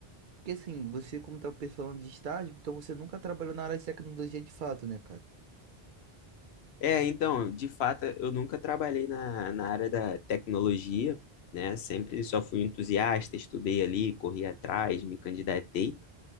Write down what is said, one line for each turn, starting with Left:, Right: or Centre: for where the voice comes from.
Right: porque assim, você como tá falando de estágio, então você nunca trabalhou na área de tecnologia de fato, né, cara?
Left: É, então, de fato, eu nunca trabalhei na, na área da tecnologia, né? Sempre só fui entusiasta, estudei ali, corri atrás, me candidatei.